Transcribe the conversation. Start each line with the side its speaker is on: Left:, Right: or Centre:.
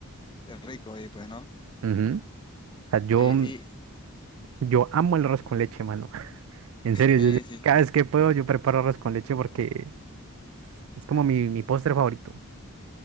Left: rico ahí, pues, ¿no?
Right: Ujú. O sea, yo,
Left: Y, y
Right: mm, yo amo el arroz con leche, mano. <laughs> En serio,
Left: sí,
Right: yo, yo
Left: sí.
Right: cada vez que puedo yo preparo arroz con leche porque es como mi, mi postre favorito.